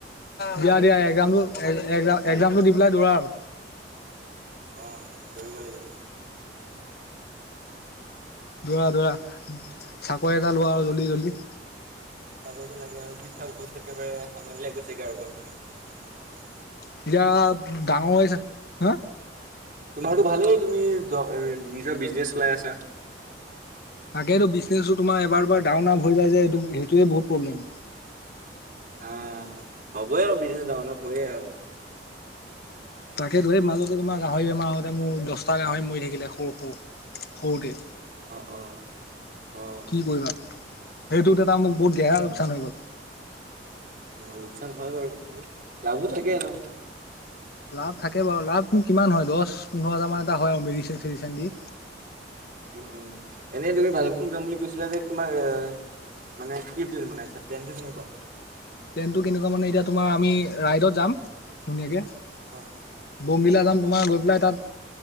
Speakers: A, on the left; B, on the right.
A: দিয়া দিয়া একজামটো। একজাম একজামটো দি পেলাই দৌৰা আৰু।
B: অ দৌৰিব লাগিব।
A: দৌৰা দৌৰা চাকৰি এটা লোৱা আৰু জল্দি জল্দি।
B: চাকৰিতে লাগে আৰু বিশটা বহুত একেবাৰে আমনি লাগি গৈছেগে আৰু ঘৰত থাকি থাকি।
A: এতিয়া ডাঙৰ হৈছে হা।
B: ত ভালেই তুমি নিজৰ বিজনেচ চলাই আছা।
A: তাকেইতো বিজনেছো তোমাৰ এবাৰ দুবাৰ ডাউন আপ হৈ যায় যে সেইটোৱে বহুত প্ৰব্লেম।
B: অ', হ'বই আৰু বিজনেচ ডাওন আপ হয়ে আৰু।
A: তাকেতো সেই মাজতে তোমাৰ গাহৰি বেমাৰ হোতে মোৰ দহটা গাহৰি মৰি থাকিলে সৰু সৰু। সৰুতে
B: অ', অ', অ',
A: কি কৰিবা সেইটো ত। মোক বহুত গেহৰা
B: উম,
A: লোকচান হৈ গ'ল।
B: অ লোকচান হয় বাৰু হ'লে লাভো থাকে ন।
A: লাভ থাকে বাৰু লাভ নো কিমান হয় দহ পোন্ধৰ হাজাৰ মান এটা হয় মেডিচন চেডিচন দি।
B: উম উম এনেই তুমি ভালকোন যাম বুলি কৈছিলা যে কিমা এ। মানে কি প্লেন বনাইছা প্লেনটো কেনেকুৱা।
A: প্লেন কেনেকুৱা মানে এতিয়া তোমাৰ আমি ৰাইডত যাম ধুনীয়াকে।
B: অ',
A: বমগিলা যাম। তোমাৰ গৈ পেলাই তাত